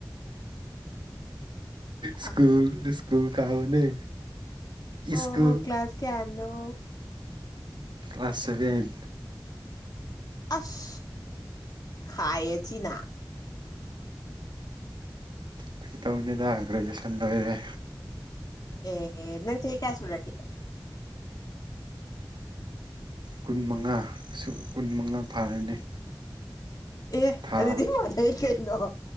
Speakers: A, on the right (about 80°); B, on the left (about 55°).
A: ꯁ꯭ꯀꯨꯜ
B: ꯑ-
A: ꯏꯁ꯭ꯀꯨꯜ ꯀꯥꯕꯅꯦ
B: ꯑꯣ
A: ꯁ꯭ꯀꯨꯜ
B: ꯀ꯭ꯂꯥꯁ ꯀꯌꯥꯅꯣ
A: ꯀ꯭ꯂꯥꯁ ꯁꯚꯦꯟ
B: ꯑꯁ ꯈꯥꯏꯌꯦ ꯊꯤꯅ
A: ꯐꯥꯒꯤ ꯇꯧꯅꯤꯗ ꯒ꯭ꯔꯦꯖꯨꯑꯦꯁꯟ ꯂꯣꯏꯔꯦ
B: ꯑꯦ ꯑꯦ ꯅꯪ ꯆꯍꯤ ꯀꯌꯥ ꯁꯨꯔꯒꯦ
A: ꯀꯨꯟ ꯃꯉꯥ ꯁꯨ ꯀꯨꯟ ꯃꯉꯥ ꯐꯥꯔꯅꯤ
B: ꯑꯦ
A: ꯊꯥ
B: ꯑꯗꯨꯗꯤ ꯃꯥꯟꯅꯩ ꯀꯩꯅꯣ